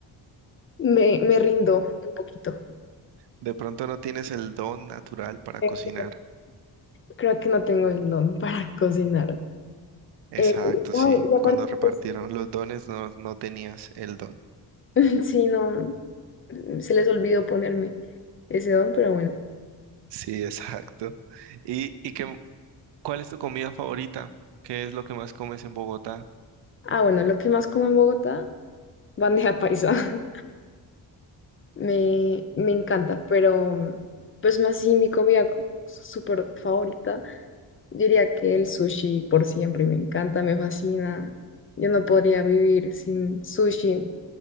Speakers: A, on the left; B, on the right.
A: me, me rindo un poquito.
B: De pronto no tienes el don natural para
A: Creo
B: cocinar.
A: que no creo que no tengo el don <laughs> para cocinar.
B: Exacto,
A: Eh, no,
B: sí.
A: y aparte,
B: Cuando repartieron
A: pues,
B: los dones no, no tenías el don.
A: <laughs> sí, no, mm, se les olvidó ponerme ese don, pero bueno.
B: Sí, <laughs> exacto. ¿Y, y qué, ¿Cuál es tu comida favorita? ¿Qué es lo que más comes en Bogotá?
A: Ah, bueno, lo que más como en Bogotá, bandeja paisa. <laughs> Me, me encanta, pero mm, pues más sí, mi comida súper favorita Yo diría que el sushi por siempre me encanta, me fascina. Yo no podría vivir sin sushi.